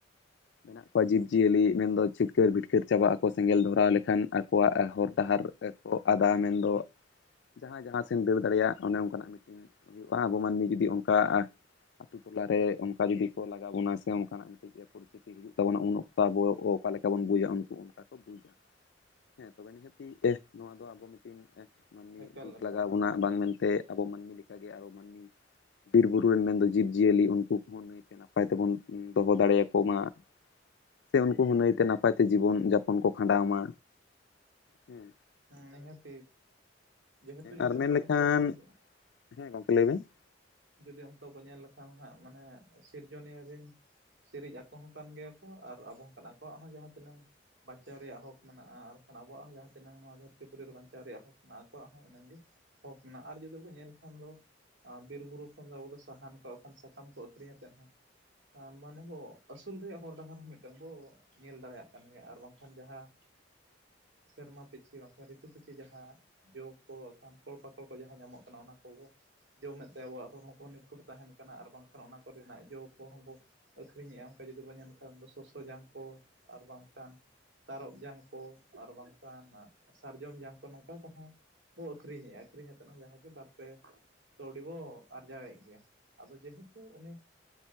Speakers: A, on the left; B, on the right.
A: ᱢᱮᱱᱟᱜ ᱠᱚᱣᱟ ᱾ ᱟᱠᱣᱟᱜ ᱡᱤᱵᱽᱼᱡᱤᱭᱟᱹᱞᱤ ᱢᱮᱱ ᱫᱚ ᱪᱷᱤᱴᱠᱟᱹᱨ ᱵᱷᱤᱴᱠᱟᱹᱨ ᱪᱟᱵᱟᱜ ᱟᱠᱚ ᱥᱮᱸᱜᱮᱞ ᱫᱷᱚᱨᱟᱣ ᱞᱮᱠᱷᱟᱱ, ᱟᱠᱚᱣᱟᱜ ᱦᱚᱨ ᱰᱟᱦᱟᱨ ᱨᱮᱠᱚ ᱟᱫᱟ ᱢᱮᱱ ᱫᱚ ᱡᱟᱦᱟᱸᱭ ᱡᱟᱦᱟᱸ ᱥᱮᱱ ᱫᱟᱹᱲ ᱫᱟᱲᱮᱭᱟᱜ, ᱚᱱᱮ ᱚᱱᱠᱟᱱᱟᱜ ᱢᱤᱫᱴᱝ ᱦᱩᱭᱩᱜᱼᱟ, ᱟᱵᱚ ᱢᱟᱹᱱᱢᱤ ᱡᱩᱫᱤ ᱚᱱᱠᱟ᱾ ᱟᱛᱩ ᱴᱚᱞᱟ ᱨᱮ ᱚᱱᱠᱟ ᱡᱩᱫᱤ ᱠᱚ ᱞᱟᱜᱟ ᱵᱚᱱᱟ ᱥᱮ ᱚᱱᱠᱟᱱᱟᱜ ᱢᱤᱫᱴᱤᱡ ᱜᱮ ᱠᱚ ᱯᱚᱨᱪᱤᱛᱤ ᱦᱤᱡᱩᱜ ᱛᱟᱵᱚᱱᱟ ᱾ ᱩᱱ ᱚᱠᱛᱚ ᱟᱵᱚ ᱚᱠᱟ ᱞᱮᱠᱟ ᱵᱚᱱ ᱵᱩᱡᱟ ᱩᱱᱠᱩ ᱚᱱᱠᱟ ᱠᱚ ᱵᱩᱡᱟ ᱾ ᱦᱮᱸ, ᱛᱚᱵᱮ ᱱᱤᱦᱟᱹᱛᱤ ᱱᱚᱣᱟ ᱫᱚ ᱟᱵᱚ ᱢᱤᱫᱴᱤᱱ ᱢᱟᱹᱱᱢᱤ
B: ᱮᱠᱟᱞ
A: ᱵᱩᱡᱽ
B: ᱮᱠᱟᱞ
A: ᱞᱟᱜᱟᱣ ᱵᱚᱱᱟ ᱵᱟᱝ ᱢᱮᱱᱛᱮ ᱟᱵᱚ ᱢᱟᱹᱱᱢᱤ ᱞᱮᱠᱟ ᱜᱮ ᱟᱨᱚ ᱢᱟᱹᱱᱢᱤ ᱵᱤᱨ ᱵᱩᱨᱩ ᱨᱮᱱ ᱢᱮᱱᱫᱚ ᱡᱤᱵᱽᱡᱤᱭᱟᱹᱞᱤ ᱩᱱᱠᱩ ᱠᱚᱦᱚᱸ ᱵᱟᱹᱭᱛᱮ ᱱᱟᱯᱟᱭ ᱛᱮᱵᱚᱱ ᱫᱚᱦᱚ ᱫᱟᱲᱮᱭᱟᱠᱚ ᱢᱟ ᱾ ᱥᱮ ᱩᱱᱠᱩ ᱦᱚᱸ ᱱᱟᱹᱭᱛᱮ ᱱᱟᱯᱟᱭ ᱛᱮ ᱡᱤᱵᱚᱱ ᱡᱟᱯᱚᱱ ᱠᱚ ᱠᱷᱟᱸᱰᱟᱣ ᱢᱟ, ᱦᱮᱸ ᱾
B: ᱦᱮᱸ, ᱱᱤᱦᱟᱹᱛ ᱡᱮᱦᱮᱛᱩ ᱡᱩᱫᱤ
A: ᱟᱨ ᱢᱮᱱᱞᱠᱷᱟᱱ
B: ᱚᱱᱠᱟ ᱵᱚᱱ ᱧᱮᱞ ᱠᱷᱟᱱ ᱫᱚ
A: ᱦᱮᱸ, ᱜᱚᱝᱠᱮ ᱞᱟᱹᱭ ᱵᱤᱱ?
B: ᱡᱩᱫᱤ ᱚᱱᱠᱟ ᱵᱚᱱ ᱧᱮᱞ ᱞᱮᱠᱷᱟᱱ ᱦᱟᱸᱜ ᱢᱟᱱᱮ ᱥᱤᱨᱡᱚᱱᱤᱭᱟᱹ ᱨᱤᱱ ᱥᱮᱨᱮᱡ ᱟᱠᱚ ᱦᱚᱸ ᱠᱟᱱ ᱜᱮᱭᱟ ᱠᱚ ᱟᱨ ᱟᱵᱚ ᱦᱚᱸᱠ ᱟᱠᱚᱣᱟᱜ ᱦᱚᱸ ᱡᱟᱦᱟᱸ ᱛᱤᱱᱟᱹᱝ ᱵᱟᱧᱪᱟᱣ ᱨᱮᱭᱟᱜ ᱦᱚᱠ ᱢᱮᱱᱟᱜᱼᱟ ᱟᱨ ᱵᱟᱝᱠᱷᱟᱱ ᱟᱵᱚᱣᱟᱜ ᱦᱚᱸ ᱡᱟᱦᱟᱸ ᱛᱤᱱᱟᱹᱝ ᱫᱷᱟᱹᱨᱛᱤ ᱯᱩᱨᱤ ᱨᱮ ᱵᱟᱧᱪᱟᱣ ᱨᱮᱭᱟᱜ ᱦᱚᱠ ᱢᱮᱱᱟᱜᱼᱟ ᱟᱠᱚᱣᱟᱜ ᱦᱚᱸ ᱤᱱᱟᱝ ᱜᱮᱼᱼ ᱦᱚᱠ ᱢᱮᱱᱟᱜᱼᱟ ᱟᱨ ᱡᱩᱫᱤ ᱯᱮ ᱧᱮᱞ ᱠᱷᱟᱱ ᱫᱚ ᱵᱤᱨ ᱵᱩᱨᱩ ᱮᱠᱷᱚᱱ ᱫᱚ ᱟᱵᱚ ᱫᱚ ᱥᱟᱦᱟᱱ ᱵᱟᱠᱷᱟᱱ ᱥᱟᱠᱟᱢ ᱠᱚ ᱟᱹᱠᱷᱨᱤᱧᱟᱛᱮᱫ ᱦᱚᱸᱼᱼ ᱢᱟᱱᱮ ᱵᱚ ᱟᱹᱥᱩᱞ ᱨᱮᱭᱟᱜ ᱦᱚᱨ ᱰᱟᱦᱟᱨ ᱦᱚᱸ ᱢᱤᱫᱴᱟᱝ ᱵᱚ ᱧᱮᱞ ᱫᱟᱲᱮᱭᱟᱜ ᱠᱟᱱᱜᱮ ᱟᱨ ᱵᱟᱝᱠᱷᱟᱱ ᱡᱟᱦᱟᱸ᱾ ᱥᱮᱨᱢᱟ ᱯᱤᱪᱷᱤ ᱵᱟᱝᱠᱷᱟᱱ ᱨᱤᱛᱩ ᱯᱤᱪᱷᱤ ᱡᱟᱦᱟᱸ ᱡᱚ ᱠᱚᱜ ᱠᱷᱟᱱ ᱯᱷᱟᱞ ᱯᱟᱠᱚᱲ ᱠᱚ ᱡᱟᱦᱟᱸ ᱧᱟᱢᱚᱜ ᱠᱟᱱᱟ, ᱚᱱᱟ ᱠᱚᱵᱚ ᱡᱚᱢᱮᱫ ᱛᱮ ᱟᱵᱚᱣᱟᱜᱼᱼ ᱦᱚᱲᱢᱚ ᱠᱚ ᱱᱤᱯᱷᱩᱴ ᱛᱟᱦᱮᱱ ᱠᱟᱱᱟ ᱟᱨ ᱵᱟᱝᱠᱷᱟᱱ ᱚᱱᱟ ᱠᱚ ᱨᱮᱱᱟᱜ ᱡᱚ ᱠᱚᱦᱚᱸ ᱵᱚᱼᱼ ᱟᱹᱠᱷᱨᱤᱧᱮᱜᱼᱟ ᱚᱱᱠᱟ ᱡᱩᱫᱤ ᱵᱚᱱ ᱧᱮᱞ ᱠᱷᱟᱱ ᱫᱚ ᱥᱚᱥᱚᱥᱚ ᱡᱟᱝ ᱠᱚ ᱟᱨ ᱵᱟᱝᱠᱷᱟᱱᱼᱼ ᱛᱟᱨᱚᱯ ᱡᱟᱝ ᱠᱚ ᱟᱨ ᱵᱟᱝᱠᱷᱟᱱ ᱥᱟᱨᱡᱚᱢ ᱡᱟᱝ ᱠᱚ ᱱᱚᱝᱠᱟ ᱠᱚᱦᱚᱸᱼᱼ ᱵᱚ ᱟᱹᱠᱷᱨᱤᱧᱮᱜᱼᱟ ᱟᱹᱷᱨᱤᱧ ᱠᱟᱛᱮ ᱦᱚᱸ ᱡᱟᱦᱟᱸ ᱜᱮ ᱵᱟᱨᱯᱮ ᱠᱟᱹᱣᱰᱤ ᱵᱚ ᱟᱨᱡᱟᱣᱮᱫ ᱜᱮᱭᱟ ᱟᱫᱚ ᱡᱮᱦᱮᱛᱩ ᱩᱱᱤᱼᱼ